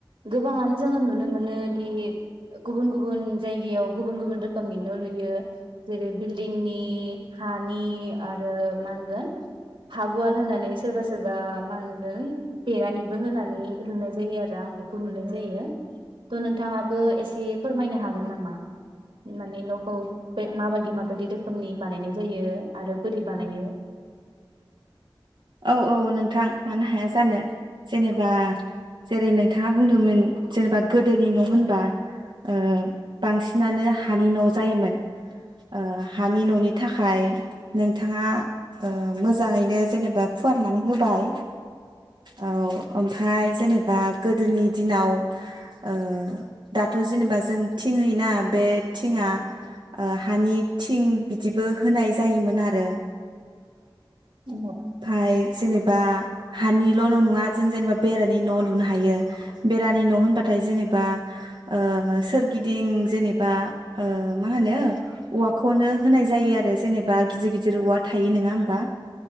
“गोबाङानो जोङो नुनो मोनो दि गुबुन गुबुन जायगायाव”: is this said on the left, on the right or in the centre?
Right